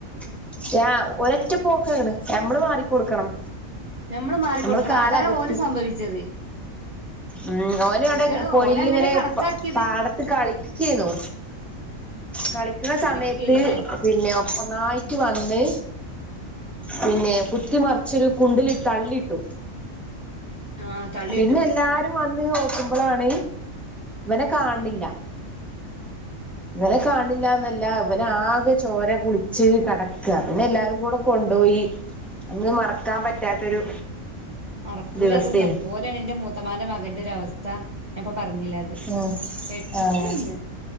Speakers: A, in the centre; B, on the right.
A: <unintelligible> ഒരറ്റ പോക്ക് നമ്മള് മാറിക്കൊടുക്കണം
B: ഞമ്മള് മാറിക്കൊടുക്കണം
A: നമ്മള് കാലകത്തി
B: അതാണ് ഓന് സംഭവിച്ചത്
A: ഉം ഓനവിടെ
B: എന്താണ്
A: പൊയിലിങ്ങനെ
B: ഓന് അങ്ങനെ കണക്കാക്കിയത്
A: പാടത്ത് കളിക്കേന്നു കളിക്കുന്ന
B: കളിക്കേനില്ലേ
A: സമയത്ത് പിന്നെ ഒന്നായിട്ട് വന്ന് പിന്നെ പുത്തിമറിച്ചൊരു കുണ്ടിലിട്ട് അള്ളി ഇട്ടു
B: ആഹ് തള്ളിയിട്ടു
A: പിന്നെ എല്ലാരും വന്ന് നോക്കുമ്പോളാണ് ഇവനെ കാണ്ല്ല ഇവനെ കാണ്നില്ലന്നല്ല ഇവന ആകെ ചോര കുളിച്ച് കെടക്ക്യാ പിന്നെ എല്ലാരും കൂടെ കൊ കൊണ്ടോയി അങ്ങ് മറക്കാൻ പറ്റാത്തൊരു
B: മറക്കൂലതൊന്നും
A: ദിവസേനു
B: അതുപോലെയാണ് എൻ്റെ മൂത്തമാന്റെ മകന്റെ ഒര അവസ്ഥ <unintelligible> പറഞ്ഞില്ല അത്
A: ഉം
B: പെട്ടന്ന്
A: ആഹ്